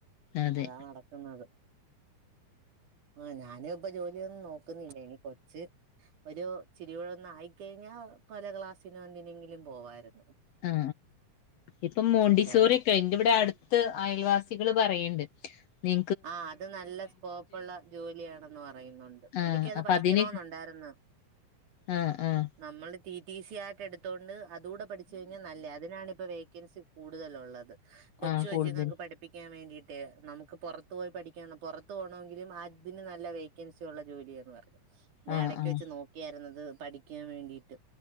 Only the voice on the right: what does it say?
അതാ നടക്ക്ന്നത് ആഹ് ഞാന് ഇപ്പൊ ജോ ഇനിയൊന്നും നോക്കുന്നില്ല ഇനി കൊച്ച് ഒരു ഇച്ചിരി ഒന്ന് ആയിക്കഴിഞ്ഞാ ഓരോ ക്ലാസിന് എന്തെങ്കിലും പോകായിരുന്നു
എന്തായാലും
ആ അത് നല്ല സ്കോപ്പുള്ള ജോലിയാണെന്ന് പറയുന്നുണ്ട്
എനിക്കത്
പഠിക്കണം
ഉണ്ടായിരുന്നു
നമ്മള് ടിടിസി ആയിട്ട് എടുത്തുകൊണ്ട് അതുടെ പഠിച്ച കഴിഞ്ഞാൽ നല്ലതാണ് അതിനാണ് ഇപ്പം വേക്ക വേക്കൻസി കൂടുതലുള്ളത്. കൊച്ചു
കൊച്ചുങ്ങൾക്ക്
പഠിപ്പിക്കാൻ വേണ്ടി അതെ നമുക്ക് പുറത്ത് പുറത്തു പോയി പഠിക്കാൻ പുറത്തു പോകണമെങ്കിലും അതിനു നല്ല വേക്കൻസി ഉള്ള ജോലിയാണ് പറഞ്ഞു ഞാൻ
ഇടയ്ക്ക്
വച്ച് നോക്കിയാരുന്നു അത് പഠിക്കാൻ വേണ്ടിയിട്ട്